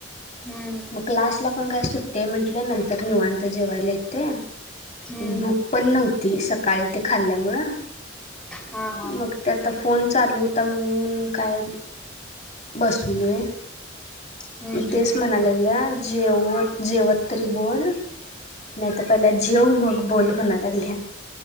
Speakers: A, in the centre; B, on the left (about 35°).
A: हम्म
B: मग् लासला पण काय सुटतेय म्हटलं नंतर तरर म अंतजे वालेेत ते
A: हम्म
B: भूक पण नव्हती ती सकाळी ते खाल्ल्यामुळं
A: हा हा
B: मग त्या आता फोन चालू होता म्हणून काय बसू न आहे
A: हम्म हम्म
B: तेच म्हणालेल्या जेवत जेवत बोल नाहीत पहिले जेव मग बोल म्हनाला वि आहे